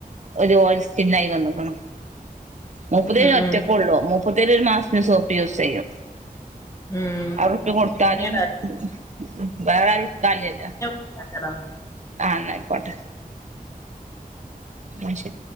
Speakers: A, on the right; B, on the left.
A: ഒരു ഓയിൽ സ്കിന്നായി വന്ന്ക്ക്ണ് മുപ്പത്
B: ഉം
A: ഒറ്റക്കള്ളൂപ്പ
B: ഉം
A: മൂപ്പര് ഒരു മാസത്തെ സോപ്പ് യുസെയ്യും
B: ഉം.
A: അറട്ട്കൊടുത്താലുംവേറൊരും
B: പിന്നീടാ
A: ഇട്ക്കാല്യല്ലോ
B: നല്ലതാവും
A: ആഹ് ന്നയിക്കോട്ടെ ന്നശെരി